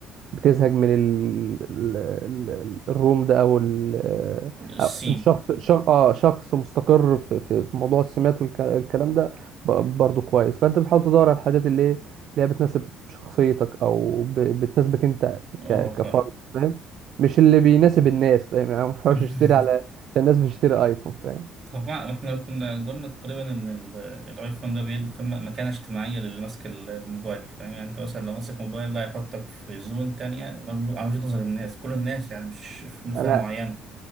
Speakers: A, on the right (about 55°); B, on the right (about 30°).
A: بتزهق من ال... ال... ال... الروم ده او ال... آه،
B: السين
A: أو انت شخص شخص اه شخص مستقر في في في موضوع السمات والكلام ده ب- برضه كويس فانت بتحاول تدور على الحاجات اللي ايه، اللي هي بتناسب شخصيتك او ب... بتناسبك انت
B: اه
A: ك...
B: فعلا
A: كفرد فاهم مش اللي بيناسب الناس فاهم يعني ما ينفعش
B: <laughs>
A: اشتري على عشان الناس بتشتري ايفون فاهم
B: طبعا احنا كنا قلنا تقريبا ان ال- الايفون ده بيدي قيمة مكانة اجتماعية للي ماسك ال- الموبايل فاهم يعني انت مثلا لو ماسك موبايل ده هيحطك في زون تانية مجمو- على وجهة نظر الناس كل الناس يعني مش في فئة
A: انا
B: معينة